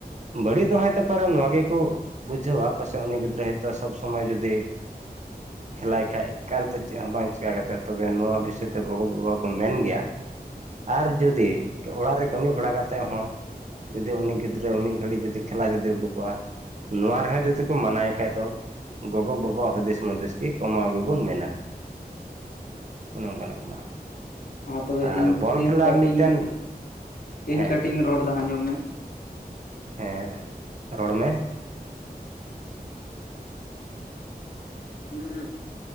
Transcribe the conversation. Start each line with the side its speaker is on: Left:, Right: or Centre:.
Right: ᱵᱟᱹᱲᱤᱡ ᱫᱚᱦᱚᱭ ᱛᱟᱯᱟᱨᱮ ᱱᱚᱶᱟ ᱜᱮᱠᱚ ᱵᱩᱡᱷᱟᱹᱣᱟ ᱯᱟᱥᱮᱫ ᱩᱱᱤ ᱜᱤᱫᱽᱨᱟᱹ ᱦᱚᱭᱛᱳ ᱥᱚᱵ ᱥᱚᱢᱚᱭ ᱡᱩᱫᱤ ᱠᱷᱮᱞᱟᱭ ᱠᱷᱟᱭ ᱮᱠᱟᱞ ᱛᱮ ᱪᱮᱫ ᱦᱚᱸ ᱵᱟᱝ ᱪᱤᱠᱟᱹ ᱠᱟᱛᱮᱫ ᱛᱚᱵᱮ ᱱᱚᱣᱟ ᱵᱤᱥᱚᱭ ᱛᱮ ᱜᱚᱜᱚᱵᱟᱵᱟ ᱠᱚ ᱢᱮᱱ ᱜᱮᱭᱟ ᱟᱨ ᱡᱩᱫᱤ ᱚᱲᱟᱜ ᱨᱮ ᱠᱟᱹᱢᱤ ᱵᱟᱲᱟ ᱠᱟ ᱠᱟᱛᱮᱮᱫ ᱦᱚᱸ ᱡᱩᱫᱤ ᱩᱱᱤ ᱜᱤᱫᱽᱨᱟᱹ ᱢᱤᱫ ᱜᱷᱟᱹᱲᱤᱡ ᱡᱩᱫᱤ ᱠᱷᱮᱞᱟ ᱡᱩᱫᱤ ᱩᱰᱩᱠᱚᱜᱼᱟ ᱱᱚᱣᱟ ᱨᱮᱦᱚᱸ ᱡᱩᱫᱤ ᱠᱚ ᱢᱟᱱᱟᱣᱭ ᱠᱷᱟᱡ ᱫᱚ ᱜᱚᱜᱚᱼᱵᱟᱵᱟ ᱦᱩᱫᱤᱥ ᱦᱩᱫᱤᱥ ᱜᱮ ᱠᱚᱢᱟᱣ ᱜᱮᱵᱚᱱ ᱢᱮᱱᱟ
Left: <inaudible>
Right: ᱚᱱᱮ ᱚᱱᱠᱟᱱᱟᱜ ᱠᱟᱱᱟ
Left: ᱢᱟ ᱛᱚᱵᱮ
Right: ᱟᱨ
Left: ᱤᱧ
Right: ᱵᱚᱞ
Left: ᱤᱧ
Right: ᱠᱷᱮᱞᱟ
Left: ᱠᱟᱹᱴᱤᱡ
Right: ᱢᱤᱫᱴᱮᱱ
Left: ᱤᱧ ᱤᱧ
Right: ᱦᱮᱸ
Left: ᱠᱟᱹᱴᱤᱡ ᱤᱧ ᱨᱚᱲᱫᱟ ᱟᱸᱡᱚᱢ ᱢᱮ
Right: ᱦᱮᱸ ᱨᱚᱲ ᱢᱮ
Left: ᱢᱟᱱᱮ